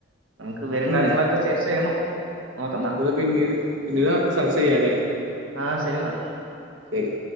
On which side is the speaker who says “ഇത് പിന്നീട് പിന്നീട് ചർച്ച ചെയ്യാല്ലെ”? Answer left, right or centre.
Right